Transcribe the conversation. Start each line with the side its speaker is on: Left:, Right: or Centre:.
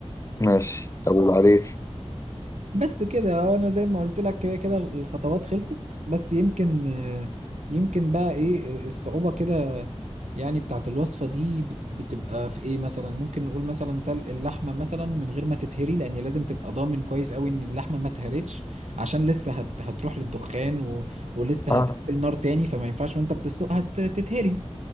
Left: ماشي طب وبعدين
Right: بس كده هو انا زي ما قلت لك كده كده الخطوات خلصت بس يمكن آه، يمكن بقى ايه آه، الصعوبة كده يعني بتاعت الوصفة دي بت- بتبقى في ايه مثلا ممكن نقول مثلا سلق اللحمة مثلا من غير ما تتهري لان لازم تبقى ضامن كويس قوي ان اللحمة ما اتهرتش عشان لسه هت هتروح للدخان و... ولسه
Left: اه
Right: هتقابل نار تاني فما ينفعش وانت بتسلقها ت- تتهري